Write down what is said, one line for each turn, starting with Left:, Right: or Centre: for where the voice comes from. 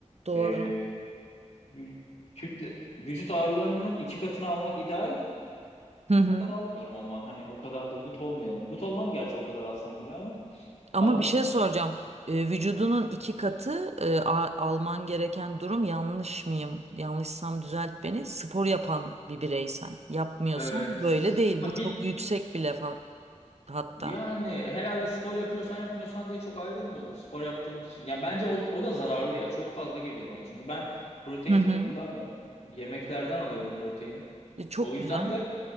Right: doğru.
Left: E, vü- kütle vücut ağırlığının iki katını almak ideal.
Right: Hı hı.
Left: O kadar almıyorum ama hani o kadar da gut olmayalım. Gut olmam gerçi o kadar alsam bile ama
Right: Ama
Left: almıyorum
Right: bir şey soracağım.
Left: yani.
Right: E, vücudunun iki katı e, a- alman gereken durum yanlış mıyım? Yanlışsam düzelt beni. Spor yapan bir bireysen. Yapmıyorsan
Left: Evet.
Right: böyle değil.
Left: Ha,
Right: Bu çok
Left: bir,
Right: yüksek bile fa- hatta.
Left: Yani herhalde spor yapıyorsan yapmıyorsan diye çok ayrılmıyordur spor yaptığın için. Ya bence o, o da zararlı ya. Çok fazla geliyor bana. Çünkü ben protein
Right: Hı hı.
Left: tozu kullanmıyorum. Yemeklerden alıyorum proteini.
Right: E, çok
Left: O yüzden
Right: güzel.
Left: de